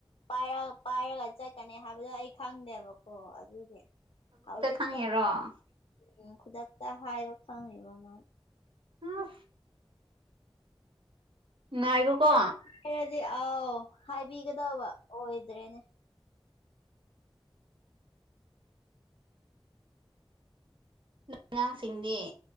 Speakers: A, on the left (about 65°); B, on the right (about 60°).
A: ꯄꯥꯏꯔꯒ ꯄꯥꯏꯔꯒ ꯆꯠꯀꯅꯤ ꯍꯥꯏꯕꯗꯣ ꯑꯩ ꯈꯪꯗꯦꯕꯀꯣ ꯑꯗꯨꯒꯤ ꯍꯧꯖꯤꯛꯇ
B: ꯈꯪꯉꯤꯔꯣ ꯑꯁ
A: ꯎꯝ ꯈꯨꯗꯛꯇ ꯍꯥꯏꯕ ꯈꯪꯉꯦꯕ ꯃꯥꯅ
B: ꯎꯝ ꯉꯥꯏꯔꯣꯀꯣ
A: <unintelligible> ꯑꯥꯎ ꯍꯥꯏꯕꯤꯒꯗꯧꯕ ꯑꯣꯏꯗ꯭ꯔꯦꯅꯦ
B: ꯅꯪ ꯑꯉꯥꯡꯁꯤꯡꯗꯤ